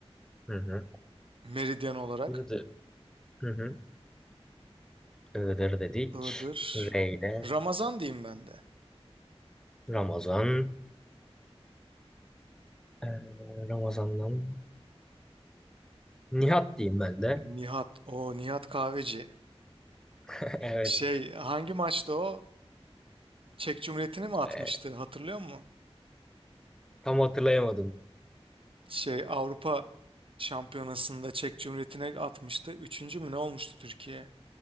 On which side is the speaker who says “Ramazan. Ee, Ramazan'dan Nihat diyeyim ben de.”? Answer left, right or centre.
Centre